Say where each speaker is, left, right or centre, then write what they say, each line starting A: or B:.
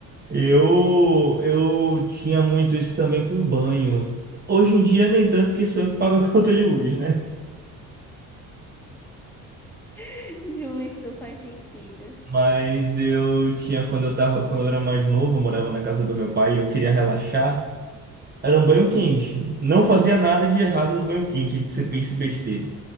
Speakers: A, on the right; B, in the centre.
A: Eu eu tinha muito isso também com banho. Hoje em dia nem tanto, porque sou eu que pago a <laughs> conta de luz, né?
B: <laughs> Justo, faz sentido.
A: Mas eu tinha quando eu tava, quando eu era mais novo, eu morava na casa do meu pai e eu queria relaxar. Era um banho quente. Não fazia nada de errado no banho quente, de ser pense besteira.